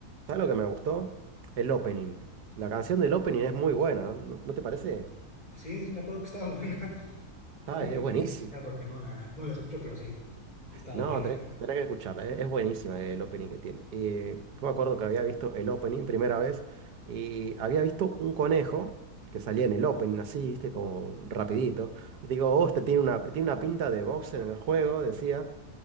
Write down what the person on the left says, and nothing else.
Sí, sí, me acuerdo que estaba buena. <laughs> También
ya tiene
rato que no la, no la escucho, pero sí, sí estaba
buena.